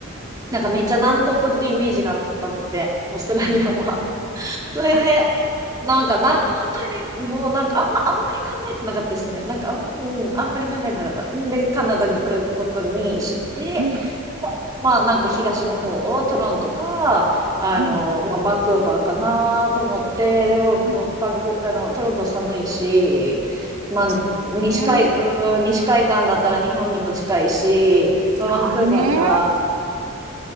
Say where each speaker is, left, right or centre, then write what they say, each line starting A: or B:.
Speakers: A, on the right (about 20°); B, on the right (about 85°).
A: なんかめっちゃ南国ってイメージがあったので、オーストラリアは。それで、
B: ああ。
A: なんかな、本当にね、もうなんかあんま、あんまり考えてなかったですね。なんかあん、うん、あんまり考えてなかった。んで、カナダに来ることにして、
B: うんうん
A: まあなんか東の方をトロントか、あの、
B: うん
A: まあバンクーバーかなと思って、でも、
B: うん。
A: もうバンク、あの、トロント寒いし、まあ、
B: そうね。
A: 西海、うん、西海岸だったら日本にも近いし、
B: そうね。
A: まあ、バンクーバーか、